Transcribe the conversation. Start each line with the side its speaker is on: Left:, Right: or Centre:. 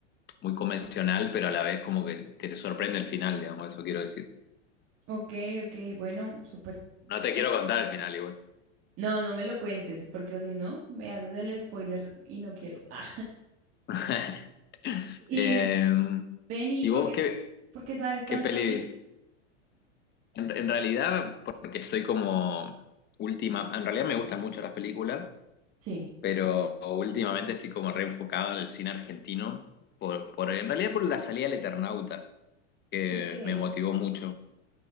Left: muy convencional, pero a la vez como que, que te sorprende el final, digamos, eso quiero decir.
Right: Ok, ok, bueno, súper.
Left: No
Right: suena-
Left: te quiero contar el final igual.
Right: No, no me lo cuentes, porque si no, me haces el spoiler y no quiero. <laughs> Ah.
Left: <laughs>
Right: Y
Left: Eh,
Right: ven, ¿y
Left: ¿y
Right: por
Left: vos
Right: qué,
Left: qué,
Right: por qué sabes tanto
Left: qué peli?
Right: de películas?
Left: En, en realidad, porque estoy como última, en realidad me gustan mucho las películas,
Right: Sí.
Left: pero últimamente estoy como reenfocado en el cine argentino, por, por, en realidad por la salida del Eternauta, que
Right: Ok.
Left: me motivó mucho.